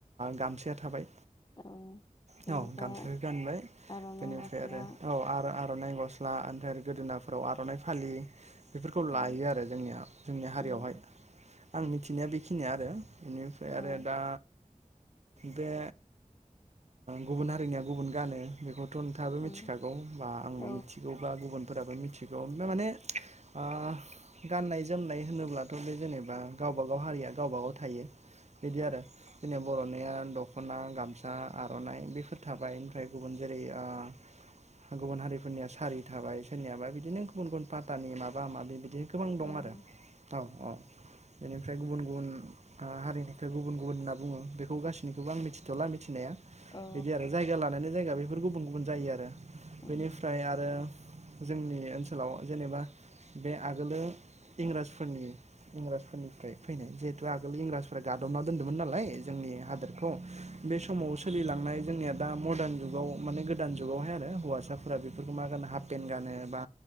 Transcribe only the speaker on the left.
औ बेनिफ्राय
आर'नाइ
गस्ला
औ
औ
औ
उम
औ
उम औ
उम
औ
उम